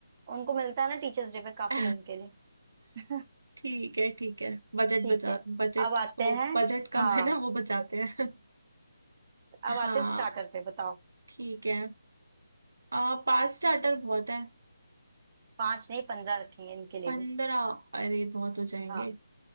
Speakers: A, on the right; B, on the right.
A: उनको मिलता है ना टीचर्स डे पे
B: <laughs>
A: काफी उनके लिए <laughs>
B: ठीक है ठीक है बजट
A: ठीक
B: बचा
A: है
B: बजट
A: अब आते
B: वो
A: हैं
B: बजट कम
A: हाँ
B: है ना वो बचाते हैं
A: अब
B: <laughs> हाँ
A: आते हैं स्टार्टर पे बताओ
B: ठीक है आ, पांच स्टार्टर बहुत है
A: पांच नहीं पंद्रह रखेंगे इनके लिए
B: पंद्रह
A: भी
B: अरे बहुत हो जाएंगे
A: हाँ